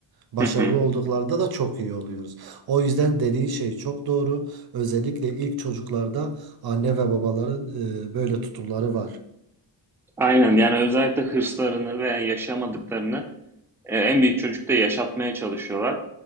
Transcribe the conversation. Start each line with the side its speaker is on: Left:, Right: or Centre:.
Right: Başarılı
Centre: Hı hı.
Right: olduklarında da çok iyi oluyoruz. O yüzden dediğin şey çok doğru. Özellikle ilk çocuklarda anne ve babaların e, böyle tutumları var.
Centre: Aynen. Yani özellikle hırslarını veya yaşamadıklarını E, en büyük çocuk da yaşatmaya çalışıyorlar.